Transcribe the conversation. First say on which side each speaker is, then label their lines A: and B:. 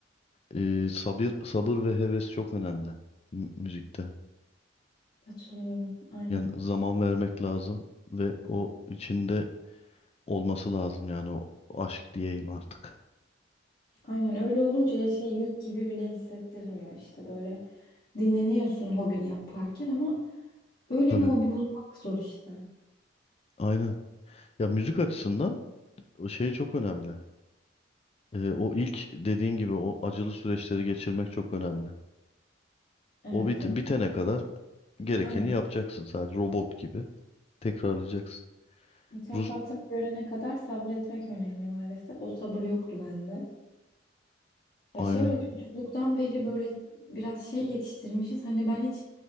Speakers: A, on the left; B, on the left.
A: Ee, sabır, sabır ve heves çok önemli mü- müzikte.
B: Katılıyorum. Aynen.
A: Yani zaman vermek lazım ve o içinde olması lazım yani o aşk diyeyim artık.
B: Aynen öyle olunca ya şey yük gibi bile hissettirmiyor işte böyle. Dinleniyorsun hobini yaparken ama öyle
A: Tabii.
B: bir hobi bulmak zor işte.
A: Aynen. Ya müzik açısından o şey çok önemli. Ee, o ilk dediğin gibi o acılı süreçleri geçirmek çok önemli.
B: Evet.
A: O bit
B: yap-
A: bitene kadar gerekeni
B: Aynen.
A: yapacaksın sadece robot gibi. Tekrarlayacaksın.
B: mükafatını
A: Rus
B: görene kadar sabretmek önemli maalesef. O sabır yoktu bende. Ya
A: aynen.
B: şöyle çocukluktan beri böyle biraz şey yetiştirmişiz. Hani ben hiç